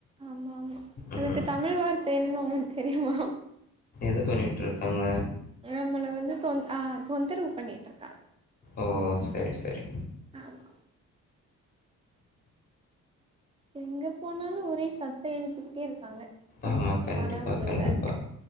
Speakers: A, on the right (about 20°); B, on the left (about 30°).
A: ஆமா ஆமா அதுக்கு
B: ம்.
A: தமிழ் வார்த்த என்னன்னு உங்களுக்கு தெரியுமா
B: இது பண்ணிட்டு இருக்காங்க
A: நம்மள வந்து தொந் ஆ தொந்தரவு பண்ணிட்டு இருக்காங்க
B: ஓ ஓ செரி செரி
A: ஆமா எங்க போனாலு ஒரே சத்தோ எழுப்பிக்கிட்டே இருக்காங்க ரொம்ப
B: ஆமா
A: கஷ்டமான
B: கண்டிப்பா
A: ஒரு
B: கண்டிப்பா
A: இதா இருக்கு